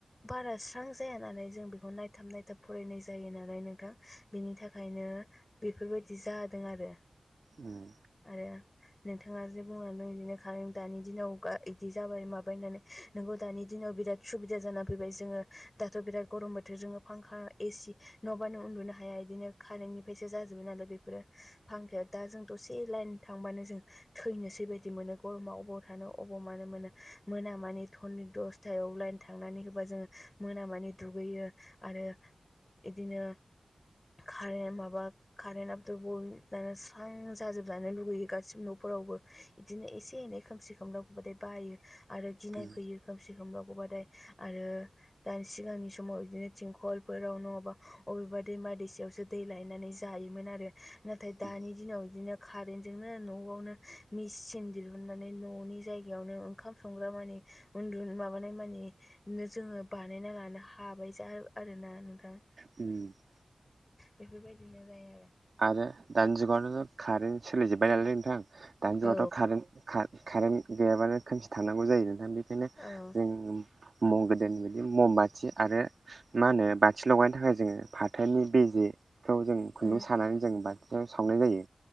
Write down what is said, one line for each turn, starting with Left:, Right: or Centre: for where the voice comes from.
Left: बारा स्रां जाया नालाय जों बेखौ नायथाब नायथाब फरायनाय जायो नालाय नोंथां बिनि था खायनो बेफोरबायदि जादों आरो
Right: उम
Left: आरो नोंथाङा जे बुंलांदों इदिनो खारेन दानि दिनाव इदि जाबाय माबाय होननानै नोंगौ दानि दिनाव बिराद सुबिदा जाना फैबाय जोङो दाथ' बिराद गरम बोथोरजों फांखा एसि नङाबानो उन्दुनो हाया इदिनो कारेन्टनिफ्रायसो जाजोबो नालाय बेफोरखौ बेफोरो फांखाया दा जों दसे लाइन थांबानो जों थैनोसै बायदि मोनो गरमा अबाव थानो अबाव मानो मोनो मोना मानि हरनि दस टायाव लाइन थांनानै होबा जोङो मोना मानि दुगैयो आरो इदिनो कारेन्ट माबा कारेन्टआथ' दुबुन ओ स्रां जाजोबजानो लुुबैयो गासिबो न'फोरावबो <unintelligible> इदिनो एसे एनै खोमसि खोमलाव बेबादै बायो <unintelligible> आरो गिनाय
Right: उम
Left: फैयो खोमसि खोमलाव थाबाथाय आरो दानि सिगांनि सम समाव बिदिनो थिंखलफोरावनो अबा अबेबा दैमा दैसायावसो दै लायनानै जायोमोन आरो नाथाय दानि
Right: उम
Left: दिनाव बिदिनो कारेन्टजोंनो न'आवनो मेचिन दिहुननानै न'नि जायगायावनो ओंखाम संग्रा मानि उन्दु माबानाय मानि जोङो बानायना लानो हाबाय जा आरो ना नोंथां
Right: म <inaudible>
Left: बेफोरबायदिनो जायो आरो
Right: आरो दानि जुगावनो कारेन्ट सोलिजोब्बाय नालाय नोंथां दानि जुगावथ'
Left: औ
Right: कारेन्ट कारेन्ट गैयाबानो खोमसि थानांगौ जायो नोंथां बेखायनो
Left: औ
Right: जों म' गोदोनि बिदि म'म बाथि आरो मा होनो बाथि लगायनो थाखाय जोङो फाथोनि बे जे खौ जों खुन्दुं
Left: उम
Right: सानानै जों बाथियाव सावनाय जायो